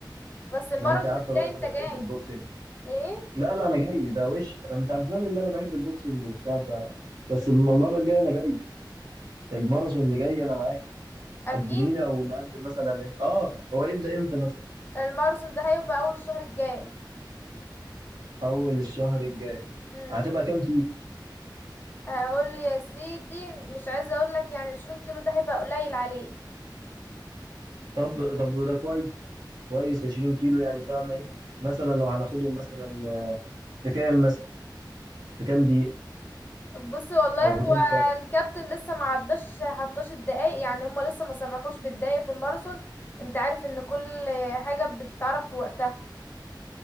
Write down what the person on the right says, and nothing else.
ما انت عارفه
بقى ان
انا
بحب البوكسنج
لا لا انا جاي ده وش انت عارفان ان انا بحب البوكسنج وبتاع ف بس
المره الجايه انا جاي الماراثون اللي جاي انا معاك
قدمي لي او نقدم مثلا من... اه هو يبدا امتى مثلا
اول الشهر الجاي
هتبقى كام كيلو
طب طب ده كويس كويس 20 كيلو يعني فاهمه ايه مثلا لو هناخدهم مثلا في كام مثلا في كام دقيقه
او
في كام